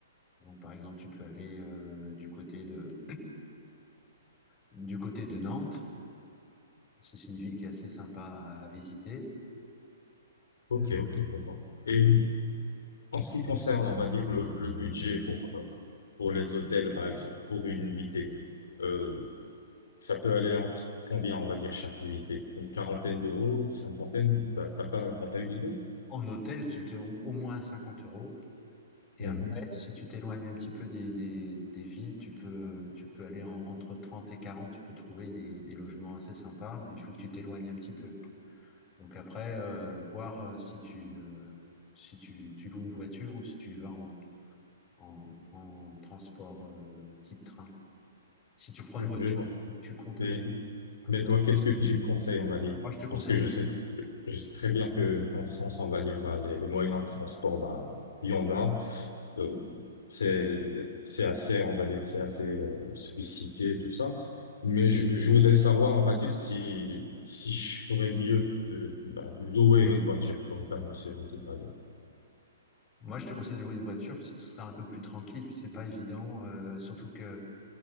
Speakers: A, on the left (about 20°); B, on the left (about 65°).
A: Donc par exemple, tu peux aller euh, du côté de du côté de Nantes. C'est une ville qui est assez sympa à visiter.
B: Ok,
A: Euh,
B: ok, je vois. Et, En ce qui concerne, on va dire, le, le budget pour, euh, pour les hôtels, par exemple, pour une nuitée, euh, ça peut aller entre combien, on va dire, chaque nuitée? Une quarantaine d'euros, cinquantaine? Bah, t'as pas, t'as pas une idée?
A: en hôtel, tu étais au, au moins à 50 euros. Et
B: Mhm.
A: après, si tu t'éloignes un petit peu des, des- des villes, tu peux, tu peux aller en- entre 30 et 40. tu peux trouver des, des logements assez sympas, mais il faut que tu t'éloignes un petit peu. Donc après, euh, voir euh, si tu, euh, si tu, tu loues une voiture ou si tu y vas en, en- en transport euh, type train. Si tu prends
B: Je
A: une voiture,
B: je vois.
A: faut que tu comptes
B: Et-
A: à peu, à peu
B: mais
A: près.
B: toi, qu'est-ce que tu me conseilles, on va dire?
A: Moi, je te conseille,
B: Parce que je sais, tr- je sais très bien que en France, on va dire, bah, les, les moyens de transport, bah, il y en a. Euh, c'est c'est assez, on va dire, c'est assez euh, sollicité, tout ça. Mais je, je voudrais savoir, on va dire, si, si je ferais mieux de, bah, louer une voiture pour commencer le dépanner.
A: moi, je te conseille de louer une voiture parce que ce sera un peu plus tranquille, puis c'est pas évident, euh, surtout que